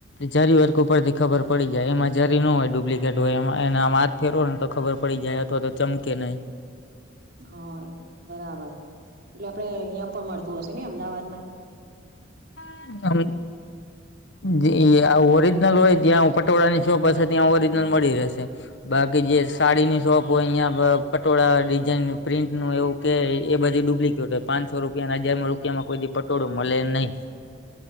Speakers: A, on the left; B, on the right.
A: જરી વર્ક ઉપરથી ખબર પડી જાય એમાં જરી ન હોય ડુપ્લિક કેટ હોય એમાં એના માં હાથ ફેરવો ને તો ખબર પડી જાય અથવા તો ચમકે નહીં.
B: હય બરાબર, એટલે આપડે અહિયાં પણ મળતું હશે ને અમદાવાદ માં?
A: <unintelligible> જી આ ઓરિજનલ હોય જ્યાં પટોળાની શોપ હશે ત્યાં ઓરિજનલ મળી રહેશે. બાકી જે સાડીની શોપ હોય અહિયાં પટોળા ડિઝાઇન નું પ્રિન્ટનું એવું કે એ બધી ડુપ્લિકેટ હોય પાંચસો રૂપિયા ને હજારમાં રૂપિયામાં કોઈ દી પટોળું મળે નઈ.